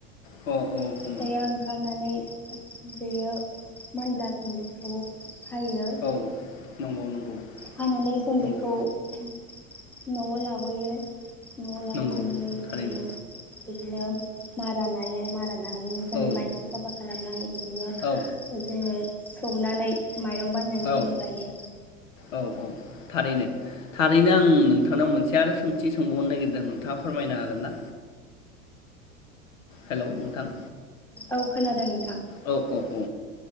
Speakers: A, on the left; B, in the centre.
A: अ औ हमो
B: फिथाइया ओंखारनानै बेयो मोनब्ला जों बेखौ हायो
A: औ नंगौ नंगौ
B: हानानै जों
A: नंगौ
B: बेखौ न'आव लाबोयो न'आव लाबोनानै
A: नंगौ
B: जों
A: थारैनो
B: बे बिदिनो मारा नायो मारा लानानै जों
A: औ
B: माइखौ साफा खालामनानै बिदिनो
A: औ
B: जोङो। सौनानै। माइरं बानायनानै
A: औ
B: जों जायो।
A: औ औ थारैनो थारैनो आं नोंथांनाव मोनसे आरो सोंथि सोंबावनो नागिरदों नोंथाङा फोरमायनो हागोन ना हेलौ नोंथां।
B: औ खोनादों नों
A: औ औ औ।